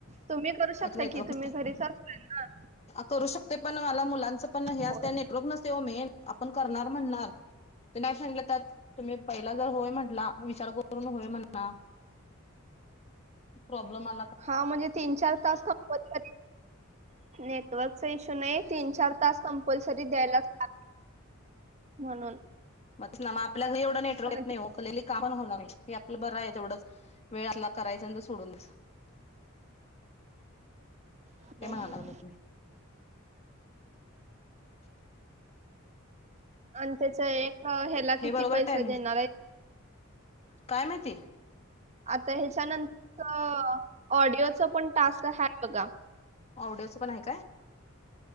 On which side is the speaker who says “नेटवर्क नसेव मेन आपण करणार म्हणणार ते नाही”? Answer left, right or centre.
Left